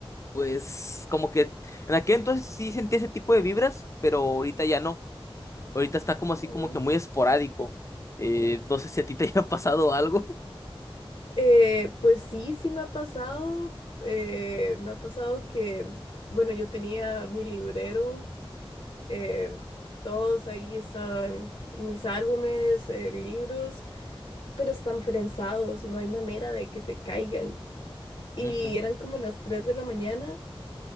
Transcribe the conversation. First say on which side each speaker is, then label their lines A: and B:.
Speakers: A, on the left; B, on the left.
A: pues como que en aquel entonces sí sentía ese tipo de vibras, pero ahorita ya no. Ahorita está como así
B: Oh.
A: como que muy esporádico. Eh, no sé si a ti te <laughs> haya pasado algo,
B: Eh, pues sí, sí me ha pasado. eh, me ha pasado que, bueno, yo tenía mi librero, eh, todos ahí están mis álbumes, eh, libros, pero están prensados, no hay manera de que se caigan. Y
A: Ujú.
B: eran como las 3 de la mañana